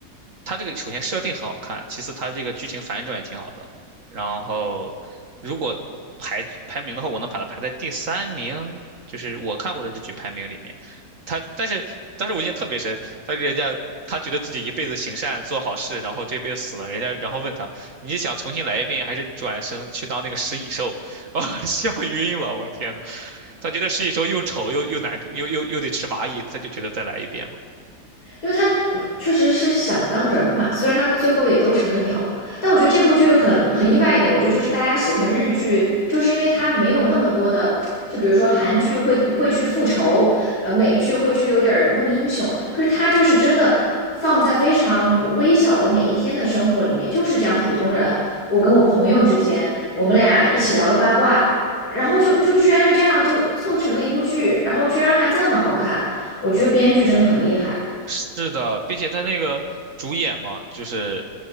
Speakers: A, on the right; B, on the left.
A: 它这个首先设定很好看，其次它这个剧情反转也挺好的。然后，如果排排名的话，我能把它排在第三名，就是我看过的日剧排名里面。他，但是，但是我印象特别深，他人家他觉得自己一辈子行善做好事，然后这辈子死了，人家然后问他，你想重新来一遍，还是转生去当那个食蚁兽？<laughs> 啊、笑晕了，我天呐，他觉得食蚁兽又丑又又难又又又得吃蚂蚁，他就觉得再来一遍吧。
B: 因为他嗯确实是想当人嘛，虽然他们最后也都成了鸟，但我觉得这部剧很很意外一点，我觉得就是大家喜欢日剧，就是因为它没有那么多的，就比如说韩剧会会去复仇，呃，美剧会去有点弄英雄，可是它就是真的放在非常微小的每一天的生活里面，就是讲普通人，我跟我朋友之间，我们俩一起聊的八卦。然后就就居然就这样就凑成了一部剧，然后居然还这么好看，我觉得编剧真的很厉害。
A: 是的，并且他那个主演嘛，就是